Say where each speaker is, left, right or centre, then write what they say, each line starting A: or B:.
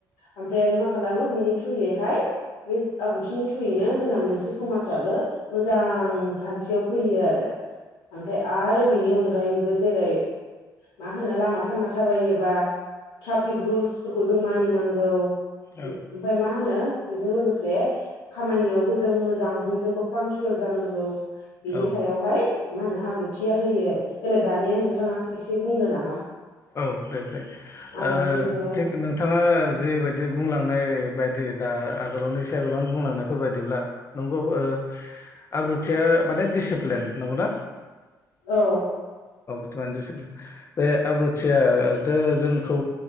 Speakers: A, on the left (about 75°); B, on the left (about 35°).
A: ओमफ्राय आरो मा खालामो बिनि थ्रुयैहाय बे आब्रुथिनि थ्रयैनो जोंना मोनसे समाजाबो मोजां सान खाथियाव फैयो आरो ओमफ्राय आरो बेनि अनगायैबो जेरै मा होनो लामा सामा थाबायोबा ट्राफिक रुलसफोरखौ जों मानिनांगौ ओ
B: औ
A: ओमफ्राय मा होनो बेजों लोगोसे खामानियावबो जों मोजां बयजोंबो पांसुयेल जानांगौ बिनि
B: औ औ
A: सायावहाय मा होनो आब्रुथिया होयो आरो देलाय दानिया नोंथाङा एसे बुंदो नामा?
B: औ दे दे
A: आब्रुथिनि
B: ओ
A: सायाव
B: थिग
A: उम
B: नोंथाङा जिबायदि बुंलांनाय ब दा आावनो आोलावनो बुंलांनायफोर बायदिब्ला नंगौ ओ आब्रुया माने डिसिप्लिन नंगौना
A: औ
B: टिप्लिन बे आब्रुथिय थो जोंखौ